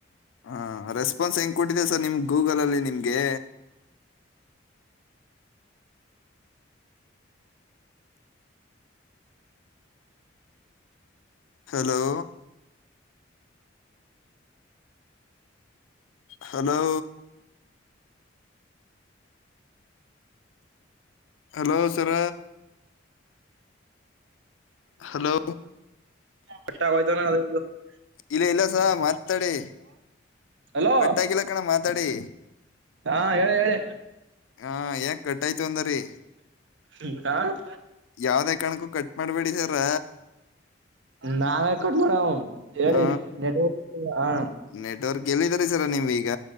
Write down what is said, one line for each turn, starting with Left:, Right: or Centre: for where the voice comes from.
Left: ಹಾ ರೆಸ್ಪಾನ್ಸ್ ಹೆಂಗ್ ಕೊಟ್ಟಿದೆ ಸರ್ ನಿಮ್ ಗೂಗಲ್ಲಲ್ಲಿ ನಿಮ್ಗೆ. Hello. Hello. Hello sir. Hello.
Right: ಕಟ್ಟಗೋಯ್ತ್ ಏನ ಅದು <unintelligible>
Left: ಇಲ್ಲ ಇಲ್ಲ ಸ ಮಾತಾಡಿ
Right: ಹಲೋ
Left: ಕಟ್ಟಾಗಿಲ್ಲ ಕಣ ಮಾತಾಡಿ.
Right: ಹಾ ಹೇಳಿ ಹೇಳಿ.
Left: ಹಾ ಏಂಗ್ ಕಟ್ಟಾಯ್ತು ಅಂದರಿ.
Right: <unintelligible>
Left: ಯಾವದೇ ಕಾರಣಕ್ಕೂ ಕಟ್ ಮಾಡ್ಬೇಡಿ ಸರ
Right: ನಾವ್ ಯಾಕ್ ಕಟ್ ಮಾಡವ್ ಹೇಳಿ
Left: ಹ
Right: ನೆಟ್ವರ್ಕ್. ಇಲ್ಲ ಹಾ
Left: ನೆಟ್ವರ್ಕ್ ಎಲ್ಲಿದಾರ ಸರ ನಿಮ್ ಈಗ